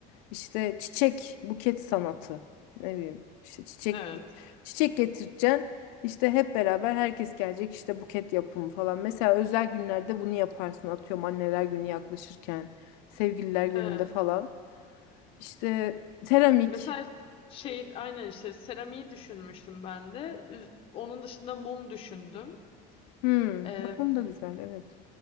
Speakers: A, on the left; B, on the left.
A: İşte çiçek buket sanatı ne bileyim işte çiçek
B: Evet.
A: çiçek getireceksin işte hep beraber herkes gelecek işte buket yapımı falan. Mesela özel günlerde bunu yaparsın atıyorum anneler günü yaklaşırken sevgililer gününde
B: Evet.
A: falan. İşte seramik
B: Mesela şey aynen işte seramiği düşünmüştüm ben de. Üz- Onun dışında mum düşündüm.
A: hmm,
B: Ee,
A: bak bunu da güzel evet.